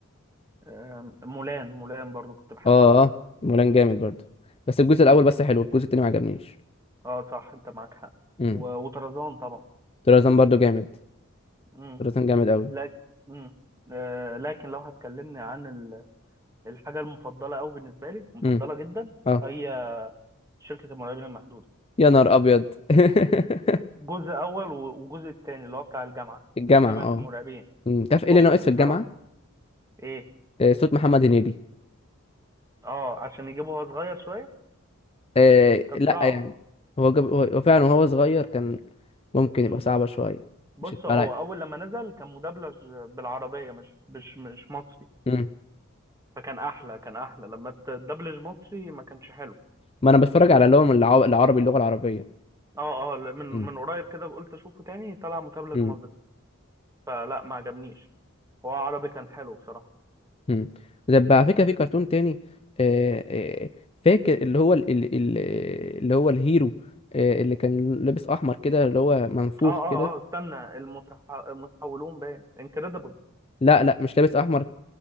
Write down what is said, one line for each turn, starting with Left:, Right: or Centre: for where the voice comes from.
Right: آه مولان مولان برضو كنت بحبه
Left: اه اه مولان جامد برضه بس الجزء
Right: قوي
Left: الاول بس حلو الجزء التاني ما عجبنيش
Right: اه صح انت معاك حق
Left: امم
Right: و- وطرزان طبعا
Left: طرزان برضه جامد
Right: امم
Left: طرزان جامد قوي
Right: لكن امم آه لكن لو هتكلمني عن ال- الحاجه المفضله قوي بالنسبه لي مفضله
Left: امم
Right: جدا
Left: اه
Right: هي شركه المرعبين المحدوده
Left: يا نهار ابيض <laughs>
Right: جزء اول و- وجزء التاني اللي هو بتاع الجامعه
Left: الجامعه
Right: جامعه
Left: اه
Right: المرعبين
Left: امم تعرف ايه
Right: تحفه
Left: اللي ناقص
Right: بصراحه
Left: في الجامعه
Right: ايه
Left: آه صوت محمد هنيدي
Right: اه عشان يجيبوها صغير شويه
Left: آه
Right: كانت
Left: لا
Right: صعبه
Left: يعني هو جاب هو هو فعلا وهو صغير كان ممكن
Right: امم
Left: يبقى صعبه شويه
Right: بص
Left: مش هتبقى
Right: هو
Left: لايق.
Right: اول لما نزل كان مدبلج بالعربيه مش مش مش مصري
Left: امم
Right: فكان احلى كان احلى لما تدبلج مصري ما كانش حلو
Left: ما انا بتفرج على اللي هو من العو- العربي اللغه العربيه
Right: اه اه لا، من من
Left: امم
Right: قريب كده قلت اشوفه تاني طلع متابلة
Left: امم.
Right: مظبط فلا ما عجبنيش هو عربي كان حلو بصراحة
Left: مم. طب على فكرة في كرتون تاني آه، آه، فاكر اللي هو ال- ال- ال- اللي هو الهيرو آه، اللي كان لابس احمر كده اللي هو منفوخ
Right: اه اه
Left: كده
Right: اه استنى المتح... المتحولون باين انكريدبل
Left: لا لا مش لابس احمر